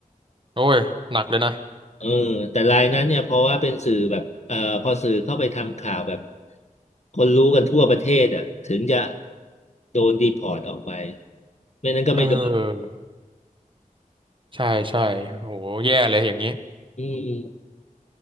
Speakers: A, on the right; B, on the left.
A: โอ้ยหนักเลยนะ
B: เออแต่รายนั้นเนี่ยเพราะว่าเป็นสื่อแบบเอ่อพอสื่อเข้าไปทำข่าวแบบคนรู้กันทั่วประเทศอ่ะถึงจะโดนดีพอร์ตออกไปไม่นั้นก็ไม่โดน
A: เออใช่ใช่โหแย่เลยอย่างนี้
B: อืม